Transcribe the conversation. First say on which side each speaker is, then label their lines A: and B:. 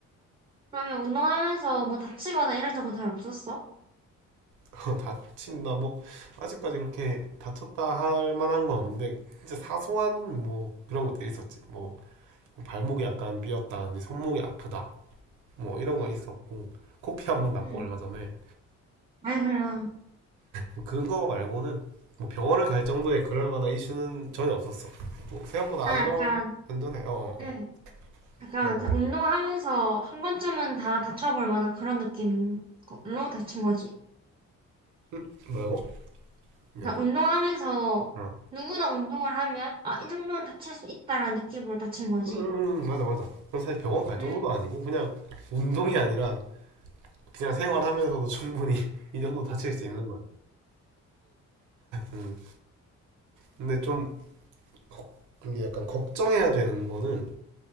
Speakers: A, on the right; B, on the right.
A: 그러면 운동하면서 뭐 다치거나 이런 적은 잘 없었어?
B: <laughs> 다친다, 뭐, 아직까지 그렇게 다쳤다 할 만한 건 없는데, 진짜 사소한 뭐 그런 것들이 있었지. 뭐, 발목이 약간 삐었다, 손목이 아프다. 뭐 이런 건
A: 응,
B: 있었고, 코피 한번 났고
A: 응.
B: 얼마 전에.
A: 아이고야.
B: 뭐 그거 말고는 뭐 병원을 갈 정도의 그럴 만한 이슈는 전혀 없었어. 뭐 생각보다
A: 나
B: 안전
A: 약간,
B: 안전해. 어, 어,
A: 응
B: 어.
A: 약간
B: 맞아 맞아.
A: 운동하면서 한 번쯤은 다 다쳐볼 만한 그런 느낌인 걸로 다친 거지.
B: 음, 뭐라고? 미안.
A: 그러니까 운동하면서
B: 어.
A: 누구나 운동을 하면 아, 이 정도는 다칠 수 있다라는 느낌으로 다친 거지.
B: 음, 음, 음, 음. 맞아 맞아. 그건 사실 병원 갈 정도도
A: 음,
B: 아니고 그냥 운동이 아니라 그냥 생활하면서도 충분히 <laughs> 이 정도 다칠 수 있는 거야. 음. 근데 좀 걱, 이게 약간 걱정해야 되는 거는